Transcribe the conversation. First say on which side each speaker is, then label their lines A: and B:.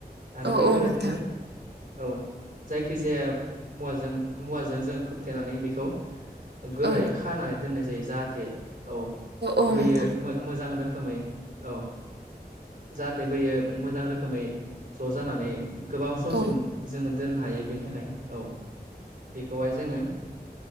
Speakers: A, on the right; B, on the right.
A: आरो
B: औ
A: बैफोर
B: औ नोंथां
A: बादिनो औ जायखिजाया मुवाजों मुवाजों जोङो खोबथेनानै बेखौ गोरायै
B: औ
A: खानानै दोननाय जायो। जाहा थे औ
B: औ
A: बैयो
B: नोंथां
A: मो मोजां रो खोमै औ जाहाथे बैयो मोजां रोखोमै ज' जानानै गोबाव समसिम
B: औ
A: जोङो दोननो हायो बेनि थाखाय औ बेखौहाय जोङो